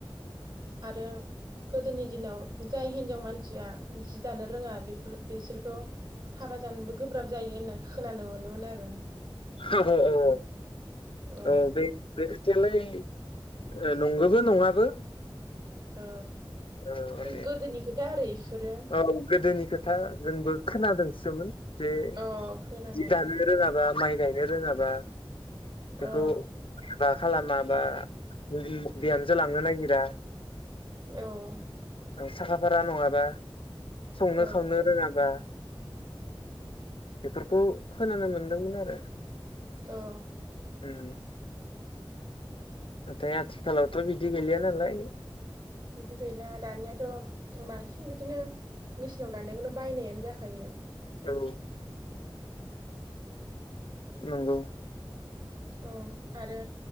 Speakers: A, on the right (about 55°); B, on the left (about 70°).
A: आरो गोदोनि दिनाव जाय हिनजाव मानसिया जि दानो रोङा बेफोर बिसोरखौ हाबा जानोबो गोब्राब जायो होनना खोनानो मोनोमोन आरो।
B: औ औ औ
A: उम
B: ओ बे बे खोथायालाय ओ नंगोबो नङाबो
A: ओ
B: औ माने
A: गोदोनि खोथा आरो इफोरो
B: औ गोदोनि खोथा जोंबो खोनादों <unintelligible> जे
A: अ खोनानाय
B: जि दानो रोङाबा माइ गायनो रोङाबा बेखौ
A: अ
B: <unintelligible> खालामा बा बिहामजो लांनो नागिरा
A: औ
B: साखाफारा नङाबा संनो
A: औ
B: खावनो रोङाबा बेफोरखौ खोनानो मोनदोंमोन आरो
A: अ
B: ओम नाथाय आथिखालावथ' बिदि गैलिया नालाय
A: बिदि गैला दानियाथ' बांसिन बिदिनो मेसिनाव दानायखौनो बायनायानो जाखायो
B: औ नंगौ
A: अ आरो